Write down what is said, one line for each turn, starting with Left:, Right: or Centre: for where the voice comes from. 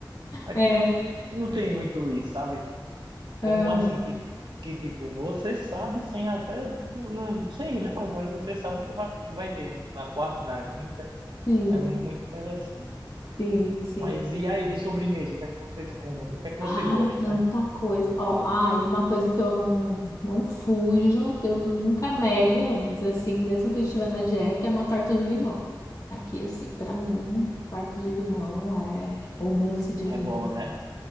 Right: aqui
Left: é,
Right: não, não tem muito isso, sabe? Tipo, como
Left: aham,
Right: assim, que, ti- que tipo, você sabe sem até. Não, não, sem ir, né, professor? Você sabe o que vai, vai ter, tipo, na quarta, na quinta.
Left: sim,
Right: É muito interessante.
Left: sim, sim.
Right: Mas e aí, de sobremesa, o que é que vocês comem? O que é que
Left: Ai,
Right: você gosta,
Left: tanta
Right: né?
Left: coisa.
Right: Não tá
Left: Ó,
Right: aí.
Left: ai, uma coisa que eu não, não fujo, que eu nunca nego, vamos dizer assim, mesmo que eu estiver na dieta, é uma torta de limão. Aqui, assim, pra mim, torta de limão é, ou mousse de limão.
Right: É bom, né?